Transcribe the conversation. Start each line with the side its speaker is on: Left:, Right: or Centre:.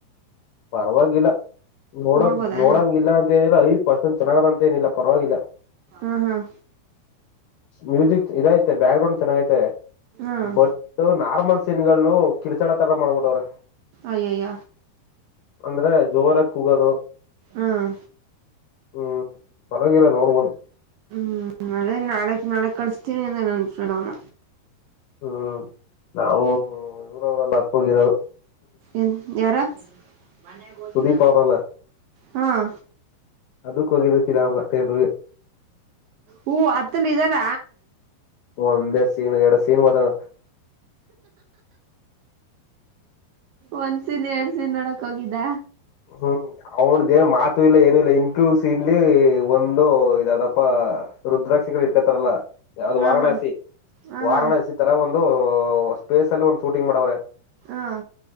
Left: ಪರವಾಗಿಲ್ಲ ನೋಡ
Right: ನೋಡ್ಬೋದಾ
Left: ನೋಡಂಗಲ್ಲ ಅಂತ ಹೇಳಿಲ್ಲ ಹೈಪ್ ಪಸ್ಟೊಂದು ಚೆನ್ನಾಗ. ಏನಿಲ್ಲ ಪರವಾಗಿಲ್ಲ
Right: ಹ್ಮ್ ಹ್ಮ್
Left: ಮ್ಯೂಸಿಕ್. ಇದೈತೆ ಬ್ಯಾಕ್ ಗ್ರೌಂಡ್ ಚೆನ್ನಾಗೈತೆ
Right: ಹ್ಮ್
Left: ಬಟ್ ನಾರ್ಮಲ್. ನ್ಗಳು ಕಿರ್ಚಾಡೂ ತರ ಮಾಡ್ಬಿಟ್ಟವ್ರೆ.
Right: ಅಯ್ಯಯ್ಯ.
Left: ಅಂದ್ರೆ ಜೋರಗ ಕೂಗೋದು.
Right: ಹ್ಮ್
Left: ಹ್ಮ್ ಪರವಾಗಿಲ್ಲ ನೋಡಬಹುದು.
Right: ಹ್ಮ್ ಅದೇ ನಾಳೆ ನಾಳಕ್ ಕಳಿಸಸ್ತೀನಿ ಅಂದ ನನ್ ಫ್ರೆಂಡ್ ಅವ್ನ.
Left: ಹ್ಮ್ ನಾವವು ಇವರವರೆಲ್ಲ ಹತ್ತೋಗಿರೋದು.
Right: ಹನ್ ಯಾರ. <inaudible>
Left: ಸುದೀಪ್ ಅವ್ರಲ್ಲ
Right: ಹಾ.
Left: ಅದಕ್ ಹೋಗಿದ ಫಿಲಂಗ ಥಿಯೇಟರ್ ಗೆ.
Right: ಹೂ ಅತ್ತಲ್ಲ ಇದ್ದಾರ.
Left: ಒಂದೇ ಸೀನ್ ಎರಡು ಸೀನ್ ಬತನ.
Right: ಒಂದ್ಸನ್ ಎರಡ್ ಸೀನ್ ನೋಡಕ್ ಹೋಗಿದ್ದ.
Left: ಹ್ಮ್ ಅವನ್ದೇನು ಮಾತು ಇಲ್ಲ ಏನು ಇಲ್ಲ ಇಂಟರ್ವ್ಯೂ ಸೀನ್ಲಿ ಒಂದು ಇದದಪ್ಪ ರುದ್ರಾಕ್ಷ ಇಟ್ಕತಾರಲ್ಲ. ಅದು
Right: ಹಾ
Left: ವಾರಾಣಸಿ
Right: ಹಾ ಹಾ
Left: ವಾರಾಣಸಿ
Right: ಹಾ
Left: ತರ ಒಂದು ಸ್ಪೇಸ್ ಅಲ್ಲಿ ಒಂದು ಶೂಟಿಂಗ್ ಮಾಡವ್ರೆ.
Right: ಹಾ.